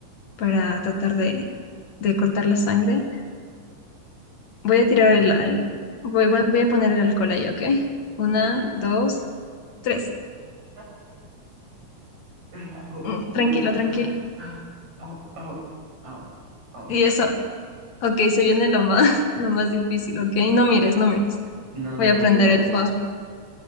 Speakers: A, on the left; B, on the right.
A: para tratar de, de cortar la sangre. Voy a tirar
B: Ajá,
A: el, el- voy, voy- voy a poner el alcohol ahí, ¿ok? Una,
B: ok.
A: dos, tres.
B: Ah, No,
A: Mm,
B: no,
A: tranquilo, tranquilo.
B: ah, ah, au, au, au, au.
A: Y eso, Ok, se viene lo más, <laughs> lo más difícil, ok. No mires, no mires.
B: No,
A: Voy
B: no
A: a prender
B: voy a
A: el
B: ver.
A: fósforo.